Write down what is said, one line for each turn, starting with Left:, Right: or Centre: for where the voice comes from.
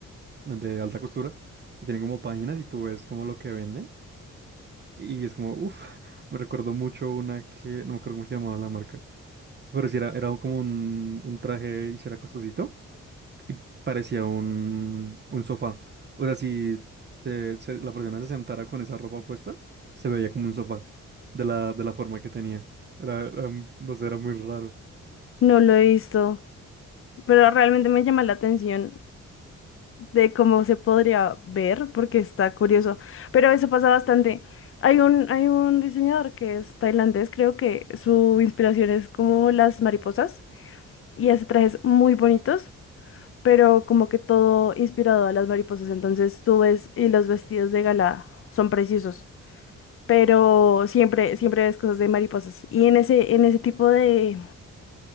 Right: de alta costura que tienen como páginas y tú ves como lo que venden. Y es como, uff, <laughs> me recuerdo mucho una que, no me acuerdo cómo se llamaba la marca. Pero si era, era como un, un traje y si era costosito y parecía un, un sofá. O sea, si te- se- la persona se sentara con esa ropa puesta, se veía como un sofá de la, de la forma que tenía. Era, era un- no sé, era muy raro.
Left: No lo he visto. pero realmente me llama la atención de cómo se podría ver, porque está curioso. Pero eso pasa bastante. Hay un, hay un diseñador que es tailandés, creo que su inspiración es como las mariposas y hace trajes muy bonitos, pero como que todo inspirado a las mariposas. Entonces tú ves y los vestidos de gala son preciosos, pero siempre, siempre ves cosas de mariposas. Y en ese, en ese tipo de,